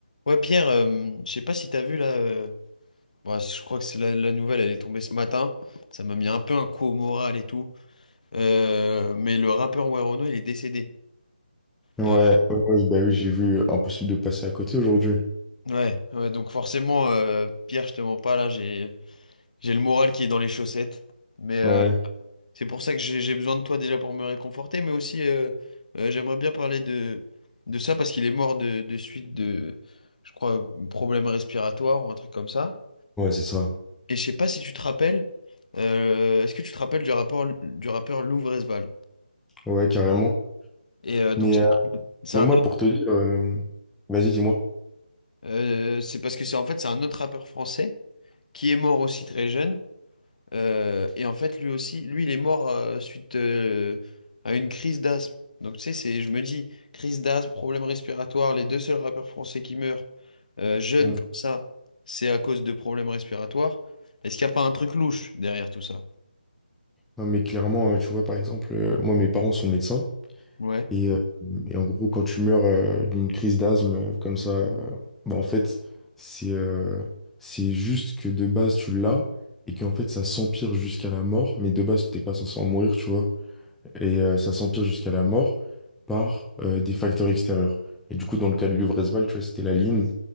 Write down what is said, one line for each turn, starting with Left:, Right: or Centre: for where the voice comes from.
Left: Ouais, Pierre, euh, je sais pas si t'as vu là. euh, ouais, je crois que c'est la, la nouvelle, elle est tombée ce matin. Ça m'a mis un peu un coup au moral et tout. Euh, mais le rappeur Werono, il est décédé.
Centre: Ouais,
Left: Euh,
Centre: ouais, ouais, bah oui, j'ai vu euh, impossible de passer à côté aujourd'hui.
Left: ouais, ouais, donc forcément, euh, Pierre, je te mens pas là, j'ai j'ai le moral qui est dans les chaussettes. Mais euh,
Centre: Ouais,
Left: c'est pour ça que j'ai j'ai besoin de toi déjà pour me réconforter, mais aussi euh, euh, j'aimerais bien parler de, de ça parce qu'il est mort de, de suite de, je crois, problème respiratoire ou un truc comme ça.
Centre: Ouais, c'est ça.
Left: Et je sais pas si tu te rappelles, euh, est-ce que tu te rappelles du rapport du rappeur Lou Vresval?
Centre: ouais, carrément.
Left: Et euh, donc
Centre: Mais,
Left: c'est
Centre: euh,
Left: c'est
Centre: mais
Left: un
Centre: moi,
Left: autre,
Centre: pour te dire, euh, vas-y, dis-moi.
Left: euh, c'est parce que c'est en fait c'est un autre rappeur français qui est mort aussi très jeune. Euh, et en fait lui aussi, lui il est mort euh, suite euh, à une crise d'asthme. Donc tu sais, c'est, je me dis, crise d'asthme, problème respiratoire, les deux seuls rappeurs français qui meurent euh, jeunes
Centre: Euh,
Left: comme ça, c'est à cause de problèmes respiratoires. Est-ce qu'il n'y a pas un truc louche derrière tout ça?
Centre: Non, mais clairement, euh, tu vois, par exemple, euh, moi, mes parents sont médecins.
Left: Ouais,
Centre: Et, euh, et en gros, quand tu meurs euh, d'une crise d'asthme euh, comme ça, euh, bah, en fait, c'est euh, c'est juste que de base, tu l'as et qu'en fait, ça s'empire jusqu'à la mort. Mais de base, t'es pas censé en mourir, tu vois. et euh, ça s'empire jusqu'à la mort par euh, des facteurs extérieurs. Et du coup, dans le cas de Luvresval, tu vois, c'était la ligne